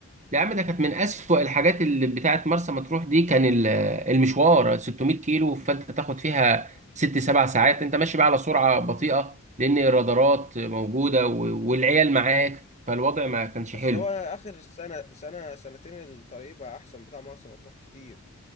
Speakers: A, on the right; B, on the left.
A: يا عم ده كانت من أسوأ الحاجات اللي بتاعت مرسى مطروح دي كان ال- آه، المشوار 600 كيلو فأنت تاخد فيها ست سبع ساعات أنت ماشي بقى على سرعة بطيئة لأن الرادارات موجودة و- والعيال معاك فالوضع ما كانش
B: بس
A: حلو
B: هو اخر سنه سنه سنتين الطريق بقى احسن بتاع مرسى مطروح كتير